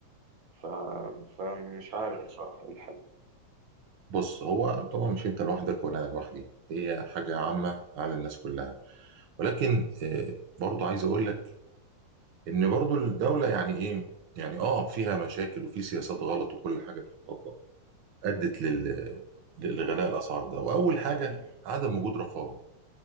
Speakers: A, on the right; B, on the right.
A: ف... فمش عارف بصراحة إيه الحل
B: بص هو طبعا مش انت لوحدك ولا انا لوحدي هي حاجه عامه على الناس كلها ولكن آه، برضو عايز اقول لك ان برضو الدوله يعني ايه يعني اه فيها مشاكل وفي سياسات غلط وكل حاجه بتطبق ادت لل لغلاء الاسعار ده واول حاجه عدم وجود رقابه